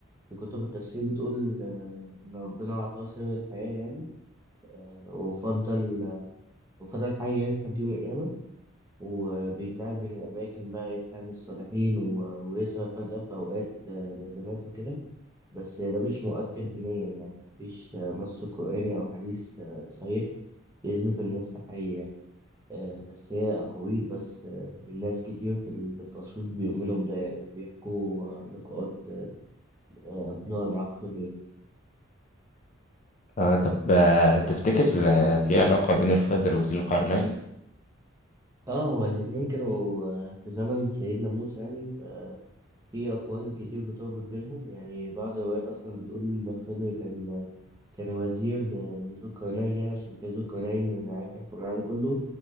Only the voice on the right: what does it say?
في كتب التفسير بتقول آه، إن ربنا أعطاه سر الحياة يعني وفضل وفضل حي يعني لحد يوم القيامة وبيتنقل بين الأماكن بقى يساعد الصالحين و- ويظهر فجأة في أوقات آه، لازمات وكده بس ده مش مؤكد دينيا يعني مفيش آه، نص قرآني أو حديث آه، صحيح يثبت إن لسه حي يعني آه، بس هي أقاويل بس آه، من ناس كتير في ال- في التصوف بيؤمنوا بده يعني وبيحكوا عن لقاءات آه، قبلها مع خضر يعني.
اه هو الاتنين كانوا آه، في زمن سيدنا موسى يعني في أقوال كتير بتربط بينهم يعني بعض الروايات أصلا بتقول إن خضر كان كان وزير ل- لذو القرنين يعني عشان كان ذو القرنين عارف يحكم العالم كله